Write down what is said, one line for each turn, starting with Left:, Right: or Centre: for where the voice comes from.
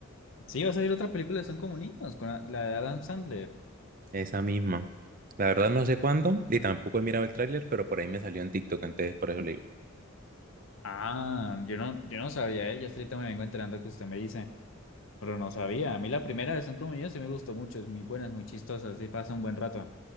Left: Sí, va a salir otra película de Son como niños, con la la de Adam Sandler.
Right: esa misma. La verdad no sé cuándo y tampoco he mirado el tráiler, pero por ahí me salió en TikTok, entonces por eso le digo.
Left: Ah, yo no, yo no sabía, ¿eh? Yo hasta ahorita me vengo enterando que usted me dice, pero no sabía. A mí la primera de Son como yo sí me gustó mucho, es muy buena, es muy chistosa, sí pasa un buen rato.